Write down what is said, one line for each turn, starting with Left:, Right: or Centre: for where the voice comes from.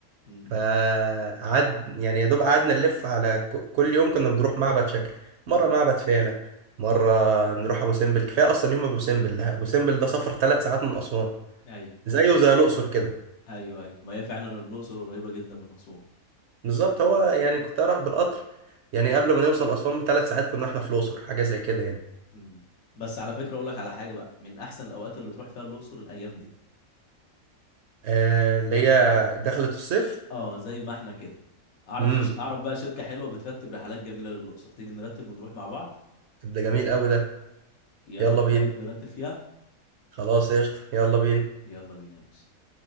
Left: امم
Right: فقعد يعني يا دوب قعدنا نلف على ك- كل يوم كنا بنروح معبد شكل مرة
Left: امم
Right: معبد فيلة مرة نروح أبو سمبل كفاية أصلا يوم أبو سمبل ده أبو سمبل ده سفر ثلاث ساعات من أسوان
Left: أيوه
Right: زيه زي الأقصر كده
Left: أيوه أيوه ما هي فعلا الأقصر قريبة جدا من أسوان
Right: بالظبط هو يعني
Left: ب...
Right: كنت أروح بالقطر يعني قبل ما نوصل أسوان بثلاث ساعات كنا إحنا في الأقصر حاجة زي كده يعني
Left: مم. بس على فكرة أقول لك على حاجة بقى من أحسن الأوقات اللي تروح فيها الأقصر الأيام دي
Right: آه اللي هي دخلت الصيف
Left: أه زي ما إحنا كده أعرف
Right: امم
Left: ش- أعرف بقى شركة حلوة بترتب رحلات جميلة للأقصر تيجي نرتب ونروح مع بعض
Right: ده جميل قوي ده
Left: يلا
Right: يلا
Left: نتقابل
Right: بينا
Left: نرتب فيها
Right: خلاص قشطة يلا بينا
Left: يلا بينا يا باشا